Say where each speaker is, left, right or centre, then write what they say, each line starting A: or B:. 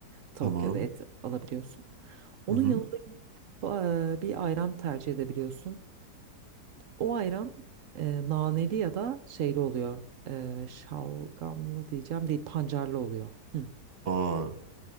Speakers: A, on the right (about 65°); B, on the right (about 40°).
A: Tavuk
B: Tamam.
A: ya da et alabiliyorsun. Onun
B: Hı hı.
A: yanında e, bir ayran tercih edebiliyorsun. O ayran e, naneli ya da şeyli oluyor. E, şalgamlı diyeceğim değil, pancarlı oluyor. Hı.
B: Aa,